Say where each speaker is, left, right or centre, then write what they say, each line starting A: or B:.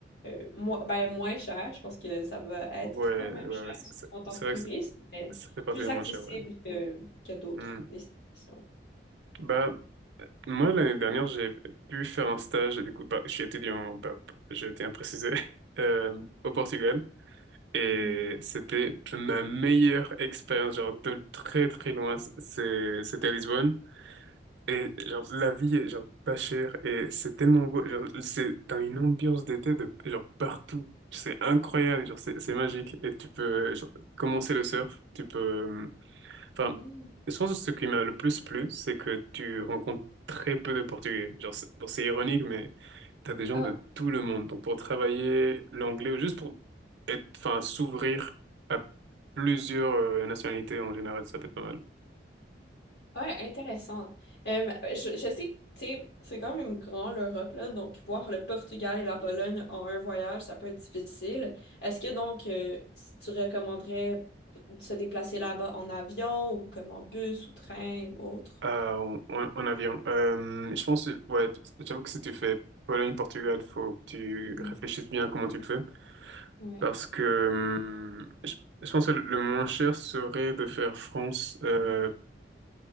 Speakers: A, on the left; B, on the right.
A: euh, mo- ben, moins chères. Je pense que ça va être
B: ouais,
A: quand même
B: ouais,
A: cher,
B: ouais, C'est
A: surtout
B: c'est-
A: en tant
B: c'est
A: que touriste,
B: vrai que c'est-
A: mais
B: ça fait partie
A: plus
B: des
A: accessible
B: moins chers, ouais.
A: que, que d'autres
B: Hmm.
A: destinations.
B: Bah, moi, l'année dernière, j'ai pu faire un stage, du coup, pas- je suis étudiant, pas, j'ai été imprécisé, <laughs> euh, au Portugal. Et
A: Mhm.
B: c'était ma meilleure expérience, genre de très très loin, c'est, c'était à Lisbonne. Et genre la vie est genre pas chère et c'est tellement beau. Genre, c'est, t'as une ambiance d'été de genre partout. C'est incroyable, genre c'est c'est magique. Et tu peux genre, commencer le surf, tu peux. hum, Enfin,
A: Mhm.
B: je pense que ce qui m'a le plus plu, c'est que tu rencontres très peu de Portugais. Genre c'est bon, c'est ironique, mais t'as des gens
A: Ah,
B: de tout le monde. Donc pour travailler l'anglais ou juste pour être, enfin s'ouvrir plusieurs euh, nationalités en général, ça peut être pas mal.
A: Ouais, intéressant. Euh, je, je sais que, tu sais, c'est quand même grand l'Europe, là, donc voir le Portugal et la Pologne en un voyage, ça peut être difficile. Est-ce que donc euh, si tu recommanderais de se déplacer là-bas en avion ou comme en bus ou train ou autre?
B: Euh, en, en en avion. Euh, je pense, ouais, j'avoue que si tu fais Pologne-Portugal, faut que tu
A: Mm.
B: réfléchisses bien à comment tu le fais.
A: Ouais.
B: Parce que hum, je, je pense que le le moins cher serait de faire france euh,